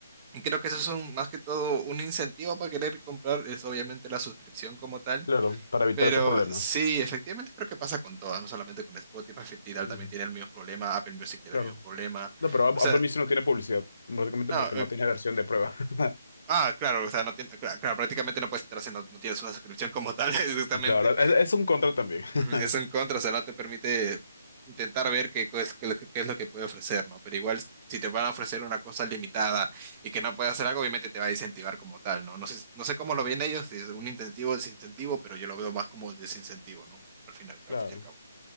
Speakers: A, on the right (about 20°); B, on the left (about 60°).
A: Y creo que eso es un- más que todo un incentivo para querer comprar, es obviamente la suscripción como tal
B: Claro, para evitar
A: pero
B: esos problemas.
A: sí, efectivamente creo que pasa con todas, no solamente con Spotify, Tidal
B: Ujú,
A: también tiene el mismo problema, Apple Music tiene
B: Claro.
A: el mismo problema.
B: No, pero App-
A: O sea,
B: Apple Music no tiene publicidad, básicamente
A: no,
B: porque
A: eh,
B: no tiene versión de prueba. <laughs>
A: ah, claro, o sea, no tiene, cla- claro, prácticamente no puedes entrar si no, no tienes una suscripción como tal, <laughs> exactamente.
B: Claro, es, es un contra también.
A: Ujú,
B: <laughs>
A: Es un contra, o sea, no te permite intentar ver qué, cos- qué, es lo que qué es lo que puede ofrecer, ¿no? Pero igual, si te van a ofrecer una cosa limitada y que no puedes hacer algo, obviamente te va a incentivar como tal, ¿no? No sé, no sé cómo lo ven ellos, si es un incentivo o desincentivo, pero yo lo veo más como desincentivo, ¿no? Al final, al
B: Claro.
A: fin y al cabo.